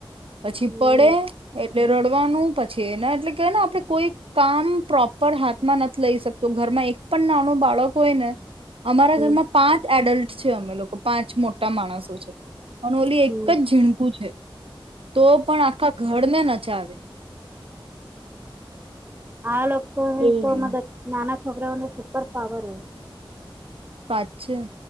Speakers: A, on the right; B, on the right.
A: પછી
B: હમ
A: પડે એટલે રડવાનું પછીને, એટલે કેય ને, આપણે કોઈ કામ પ્રોપર હાથમાં નથી લઈ શકતો. ઘરમાં એક પણ નાનું બાળક હોય ને, અમારા ઘરમાં
B: હમ
A: પાંચ એડલ્ટ છે. અમે લોકો પાંચ મોટા માણસ. અનોલી
B: હમ
A: એક જ ઝીણકુ છે, તો પણ આખા ઘર ને નચાવે.
B: હા, લોકો
A: એવું
B: કોણ નાના છોકરાઓને સુપરપાવર હોય.
A: વાત છે,